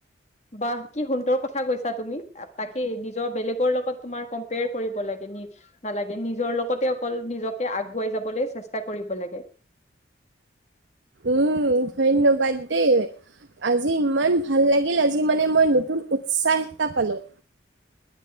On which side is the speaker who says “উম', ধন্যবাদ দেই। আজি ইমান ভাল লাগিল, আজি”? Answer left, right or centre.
Right